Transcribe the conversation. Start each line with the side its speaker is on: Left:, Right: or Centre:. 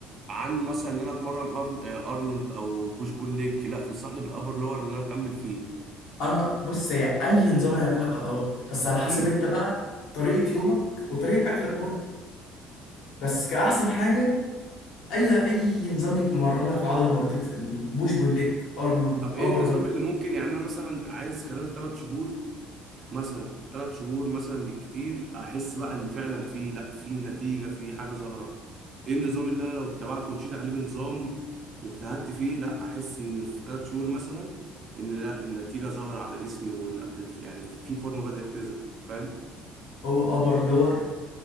Right: عن مثلا ان انا اتمرن أرن... آه، ارنولد او بوش بول ليج لا تنصحني بالابر لور ان انا اكمل فيه
Left: انا بص هي اي نظام هيعمل لك عضلات بس على حسب
Right: اكيد
Left: انت بقى طريقه يومك وطريقه اكلك برضه بس كاحسن حاجه اي اي نظام يتمرن لك العضله مرتين في الاسبوع بوش بول ليج ارنولد
Right: طب ايه
Left: ابر
Right: النظام
Left: لور
Right: اللي ممكن يعني انا مثلا عايز خلال ثلاث شهور مثلا ثلاث شهور مثلا بالكتير احس بقى ان فعلا في لا في نتيجه في حاجه ظاهره ايه النظام اللي انا لو اتبعته ومشيت عليه بنظام واجتهدت فيه لا احس ان في ثلاث شهور مثلا ان لا النتيجه ظاهره على جسمي ولا الف- يعني في فورمه بدات تظهر فاهم
Left: هو ابر لور